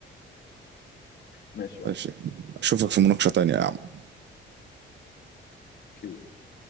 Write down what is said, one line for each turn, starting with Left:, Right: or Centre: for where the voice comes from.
Left: ماشي يا
Right: ماشي
Left: عم
Right: اشوفك في مناقشه تانية يا عم
Left: اوكي